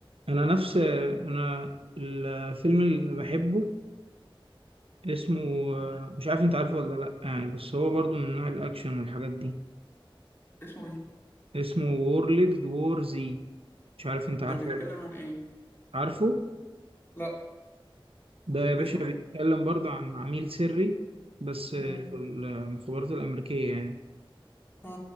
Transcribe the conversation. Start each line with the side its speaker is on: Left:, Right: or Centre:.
Right: انا نفس انا الفيلم اللي بحبه اسمه
Left: مم.
Right: مش عارف انت عارفه ولا لا يعني بس هو برضه من نوع الاكشن والحاجات دي
Left: اسمه ايه
Right: اسمه وورلد وور زي مش عارف انت
Left: ده
Right: عارفه
Left: بيتكلم
Right: ولا لا
Left: عن ايه
Right: عارفه
Left: لا
Right: ده يا باشا
Left: مش قبل
Right: بيتكلم
Left: كده
Right: برضه عن عميل سري بس في
Left: مم.
Right: المخابرات الامريكيه يعني
Left: ها